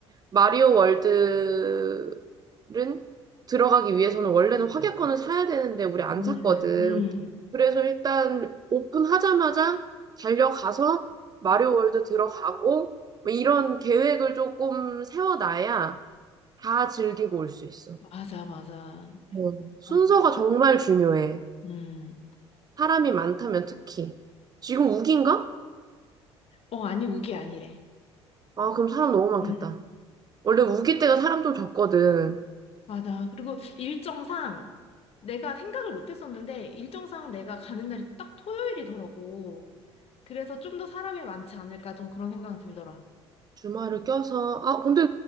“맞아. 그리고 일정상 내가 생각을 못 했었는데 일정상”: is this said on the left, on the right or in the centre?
Left